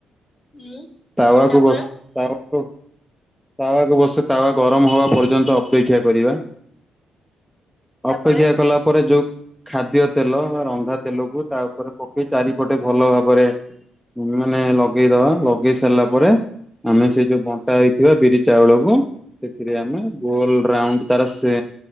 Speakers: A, on the left (about 25°); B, in the centre.
A: ହୁଁ
B: ତାୱାକୁ
A: ତାପରେ
B: ବସେ ତାୱାକୁ, ତାୱାକୁ ବସେ ତାୱା ଗରମ ହବା ପର୍ଯ୍ୟନ୍ତ ଅପେକ୍ଷା କରିବା। ଅପେକ୍ଷା
A: ତାପରେ
B: କଲା ପରେ ଯୋଉ- ଖାଦ୍ୟ ତେଲ ବା ରନ୍ଧା ତେଲକୁ ତା ଉପରେ ପକେଇ ଚାରିପଟେ ଭଲ ଭାବରେ ଉନ୍ ମାନେ ଲଗେଇଦବା, ଲଗେଇ ସାରିଲା ପରେ ଆମେ ସେଇ ଯୋଉ ବଣ୍ଟା ହେଇଥିବା ବିରି ଚାଉଳ କୁ ସେଥିରେ ଆମେ ଗୋଲ୍ ରାଉଣ୍ଡ ତାର ସେ